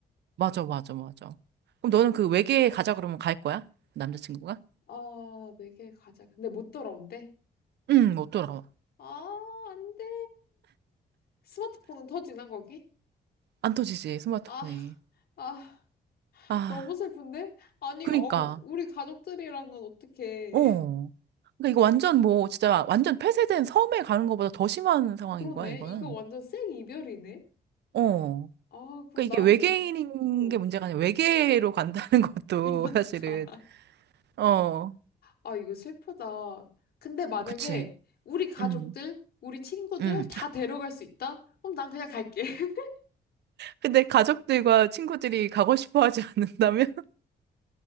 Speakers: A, on the right (about 80°); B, on the left (about 65°).
A: 맞아, 맞아, 맞아. 그럼 너는 그 외계에 가자 그러면 갈 거야? 남자친구가?
B: 아, 외계 가자. 근데 못 돌아온대?
A: 응, 못 돌아와.
B: 아, 안 돼. 스마트폰은 터지나, 거기?
A: 안 터지지, 스마트폰이.
B: 아, 아,
A: 아,
B: 너무 슬픈데? 아니,
A: 그니까.
B: 어, 우리 가족들이랑은 어떻게.
A: 어. 그러니까 이거 완전 뭐, 진짜 완전 폐쇄된 섬에 가는 것보다 더 심한 상황인
B: <laughs> 그러네.
A: 거야, 이거는.
B: 이거 완전 생 이별이네?
A: 어.
B: 아, 그럼
A: 그러니까
B: 난,
A: 이게 외계인인
B: 어,
A: 게 문제가 아니라 외계로 간다는 <laughs> 것도
B: 그러니까.
A: 사실은.
B: <laughs>
A: 어,
B: 아, 이거 슬프다. 근데 만약에
A: 그치.
B: 우리 가족들,
A: 응.
B: 우리 친구들
A: 응.
B: 다
A: <laughs>
B: 데려갈 수 있다? 그럼 난 그냥 갈게. <laughs>
A: 근데 가족들과 친구들이 가고 싶어 하지 않는다면?